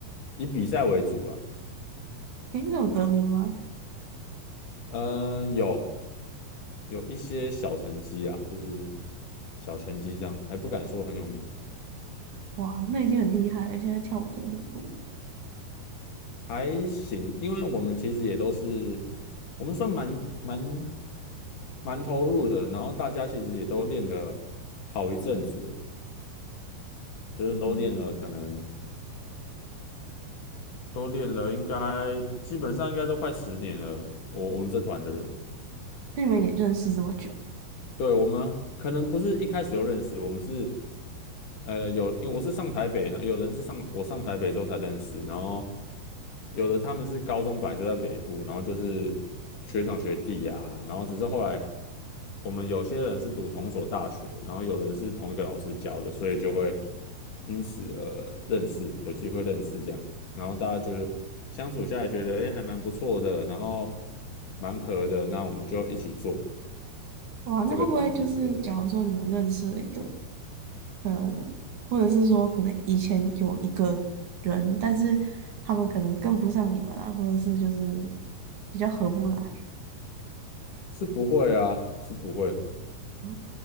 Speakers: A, on the left; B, on the right.
A: 以比赛为主了。
B: 诶，那有得名吗？
A: 嗯、有有一些小成绩啊，就是小成绩这样，还不敢说很有名，
B: 哇，那已经很厉害了，现在跳舞的人很多，
A: 还行，因为我们其实也都是我们算蛮蛮蛮投入的，然后大家其实也都练了好一阵子了就是都练了，
B: 嗯，
A: 可能都练了，应该基本上应该都快十年了。我我们这团的人，
B: 那你们也认识这么久，
A: 对，我们可能不是一开始就认识，我们是呃，有，因为我是上台北，呢，有人是上我上台北之后才认识，然后有的他们是高中本来就在北部，然后就是学长学弟啊，然后只是后来我们有些人是读同一所大学，然后有人是同一个老师教的，所以就会因此呃认识，有机会认识这样，然后大家就是相处下来觉得哎还蛮不错的，然后蛮合的，那我们就一起做
B: 哇，那会不会就是假如说你们认识了一个？
A: 这个团体，对对对，
B: 呃，或者是说可能以前有一个人，但是他们可能跟不上你们啊，或者是就是比较合不来。
A: 是不会啊，是不会。
B: 哦，